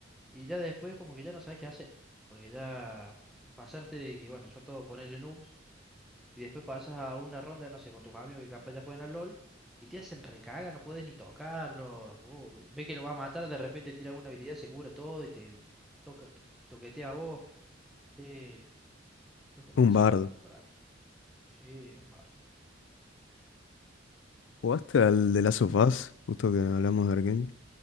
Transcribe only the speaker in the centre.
Y ya después como que ya no sabes qué hacer, porque ya pasaste de que, bueno, son todos ponerle noobs, y después pasas a una ronda, no sé, con tus amigos que capaz ya juegan al LOL, y te hacen recaga, no puedes ni tocarlo, vos ves que lo vas a matar, de repente tira una habilidad, se cura todo y te toca, to- toquetea a vos. Eh, es demasiado
el LOL para mí. Sí, es Bardo.
Y-